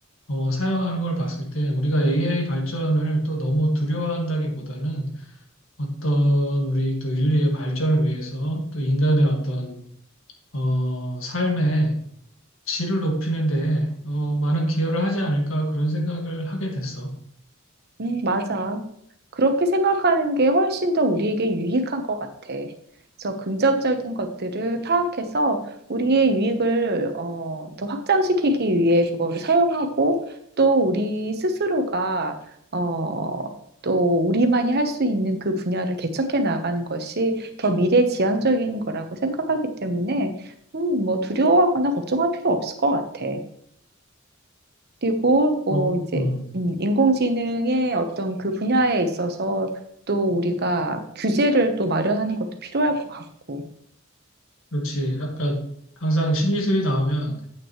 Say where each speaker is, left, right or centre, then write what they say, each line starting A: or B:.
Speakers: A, on the left (about 70°); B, on the right (about 50°).
A: 어, 사용하는 걸 봤을 때 우리가 AI 발전을 또 너무 두려워한다기보다는 어떤 우리 또 인류의 발전을 위해서 또 인간의 어떤 어, 삶의 질을 높이는 데 어, 많은 기여를 하지 않을까 그런 생각을 하게 됐어.
B: 음, 맞아. 그렇게 생각하는 게 훨씬 더 우리에게 유익한 것 같아. 그래서 긍정적인 것들을 파악해서 우리의 유익을 어, 더 확장시키기 위해 그거를 사용하고 또 우리 스스로가 어, 또 우리만이 할 수 있는 그 분야를 개척해 나가는 것이 더 미래지향적인 거라고 생각하기 때문에 음, 뭐 두려워하거나 걱정할 필요 없을 것 같아. 그리고 뭐
A: 뭐,
B: 이제
A: 음,
B: 음, 인공지능의 어떤 그 분야에 있어서 또 우리가 규제를 또 마련하는 것도 필요할 것 같고.
A: 그렇지. 약간 항상 신기술이 나오면